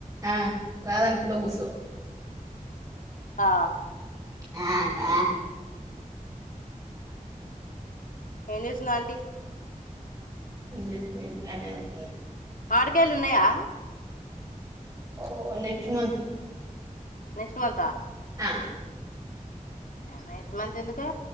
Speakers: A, on the right; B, on the left.
A: ఆ రాద అని కూడా కుర్సో
B: ఆ
A: ఎమంటా
B: ఏం చేస్తుంద ఆంటీ
A: ఇ <inaudible>
B: మాడికాయలు ఉన్నాయా
A: ఓ నెక్స్ట్ మంత్
B: నెక్స్ట్ మంతా
A: ఆ
B: నెక్స్ట్ మంత్ ఎందుకు